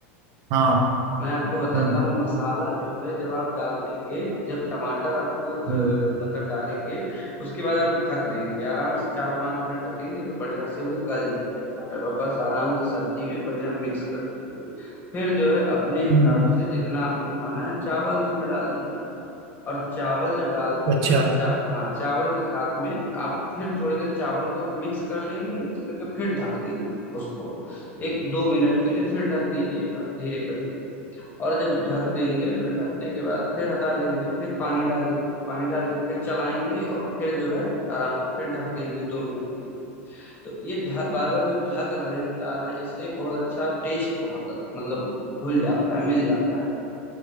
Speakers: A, on the right; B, on the left.
A: हाँ
B: मैं आपको बताता
A: हम्म
B: हूँ मसाला जो है जब आप डाल देंगे जब टमाटर आपको अ,
A: हम्म,
B: मतलब डालेंगे उसके बाद आप ढक देंगे आराम से चार पांच मिनट ढकेंगे तो बढ़िया से वो गल जाएंगे टमाटर और बस आराम से सब्जी में बढ़िया मिक्स कर दीजिए फिर जो है अपने हिसाब
A: हम्म,
B: से जितना आपको खाना है चावल उसमें डाल दीजिए और चावल जब डाल देंगे
A: अच्छा
B: तो चा हाँ चावल के साथ में आप फिर थोड़ी देर चावल को मिक्स कर लेंगे मिक्स करके फिर ढक देंगे उसको एक दो मिनट के लिए फिर ढक दीजिएगा धीरे करके और जब ढक देंगे फिर ढकने के बाद फिर हटा लेंगे फिर पानी डालेंगे पानी डाल के फिर चलाएंगे और फिर जो है आराम से फिर ढक देंगे दो मिनट के लिए तो ये बार बार जो ढक रहे हैं हटा रहे हैं इससे एक बहुत अच्छा टेस्ट बहुत मतलब घुल जाता है मिल जाता है एकदम